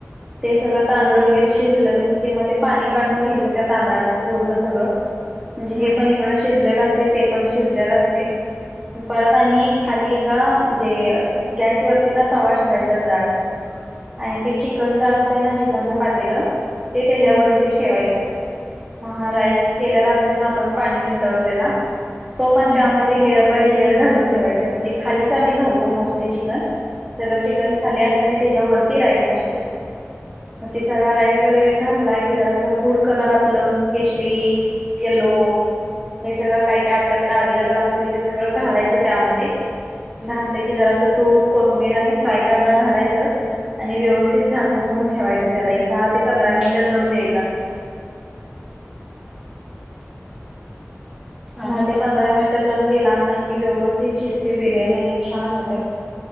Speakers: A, on the right (about 20°); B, in the centre.
A: ते सगळं तांदूळ वगैरे शिजलं कि मग ते पाणी काढून घ्यायचं त्या तांदळातलं पूर्ण सगळं म्हणजे
B: हा
A: हे पण इकडे शिजलेल असतय ते पण शिजलेल असतय परत आणि खाली एका म्हणजे गॅस वर एका ति ना तवा ठेवायचा जाड आणि ते चिकनच असतेय ना चिकनच पातेलं ते त्याच्यावरती
B: हम्म
A: ठेवायचं मग हा राइस केलेला असतोय ना आपण पाणी नितळलेला तो पण
B: हम्म
A: त्यामध्ये लेअर बाय लेयर घालून ठेवायच म्हणजे खालीच आम्ही घालतो मोस्टली चिकन सगळं चिकन खाली असताना त्याच्यावररती राईस असतोय मग ते सगं राईस वगैरे घातला कि जरासं फूड कलर आपलं केशरी येलो हे सगळं काय काय आपल्याकडे अवेलेबल असतील ते सगळं घालायचं त्यामध्ये घातलं की जरासं तूप कोथमीिर आणि फ्राय कांदा घालायच आणि व्यवस्थित झाकून ठेवायचं त्याला एक दहा ते पंधरा मिनिट दम द्यायचा
B: आणि
A: दहा ते पंरा मिनट दम दिला ना की व्यवस्थित शिस्ती बिर्याणी आणि छान होत्या